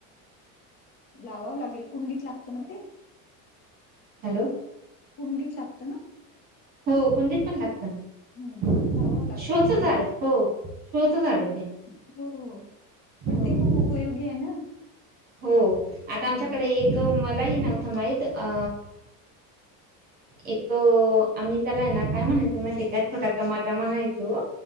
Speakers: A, on the left (about 55°); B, on the right (about 25°).
A: लावावं लागेल कुंडीत लागतं ना ते?
B: हॅलो
A: कुंडीत लागत ना?
B: हो कुंडीत पण लागत न,
A: हम्म लावावं लागेल
B: शो
A: कुंडीत
B: च झाड, हो शोचं झाड
A: हो
B: आहे ते.
A: हो पण
B: हो
A: ते खूप उपयोगी आहे ना?
B: हो आता
A: ह
B: आमच्याकडे एक, मलाही नव्हतं माहीत अ
A: <inaudible>
B: एक आम्ही त्याला हे ना काय म्हणायचो माहिती काय, छोटा टमाटा म्हणायचो.